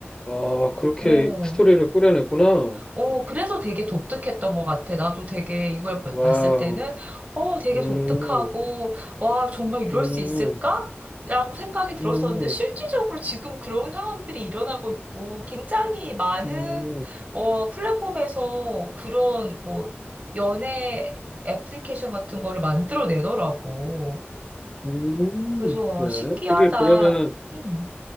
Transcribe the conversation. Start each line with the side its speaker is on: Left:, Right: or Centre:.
Left: 아, 그렇게
Right: 어,
Left: 스토리를 꾸려냈구나.
Right: 어, 그래서 되게 독특했던 것 같아. 나도 되게 이걸 봐-
Left: 와우.
Right: 봤을 때는, 어, 되게
Left: 음,
Right: 독특하고, 와, 정말 이럴
Left: 음,
Right: 수 있을까? 라고 생각이 들었었는데,
Left: 음,
Right: 실질적으로 지금 그런 상황들이 일어나고 있고, 굉장히 많은,
Left: 음,
Right: 어, 플랫폼에서 그런, 뭐, 연애 애플리케이션 같은 거를 만들어내더라고.
Left: 음.
Right: 그래서, 와,
Left: 네.
Right: 신기하다.
Left: 그게 그러면은
Right: 음.